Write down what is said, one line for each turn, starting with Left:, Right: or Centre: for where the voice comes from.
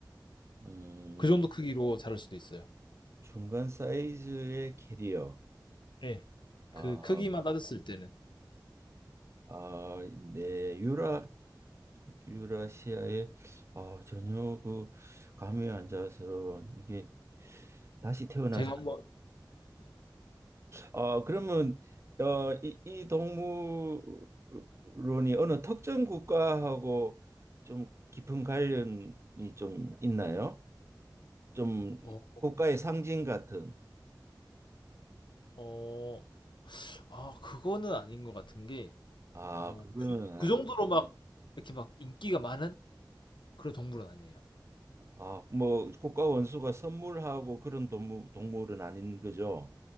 Right: 음,
Left: 그 정도 크기로 자랄 수도 있어요.
Right: 중간 사이즈의 캐리어,
Left: 예.
Right: 아,
Left: 그 크기만 따졌을 때는.
Right: 아, 네, 유라, 유라시아에, 아, 전혀 그 감이 안 잡아서 이게 다시 태어나서,
Left: 제가 한번
Right: 아, 그러면 어, 이, 이 동물론이 어느 특정 국가하고 좀 깊은 관련이 좀 있나요? 좀
Left: 어
Right: 국가의 상징 같은,
Left: 어, 아, 그거는 아닌 것 같은 게,
Right: 아,
Left: 어,
Right: 그거는
Left: 그, 정-
Right: 아니.
Left: 그 정도로 막, 이렇게 막 인기가 많은 그런 동물은 아니에요.
Right: 아, 뭐 국가 원수가 선물하고 그런 동물, 동물은 아닌 거죠.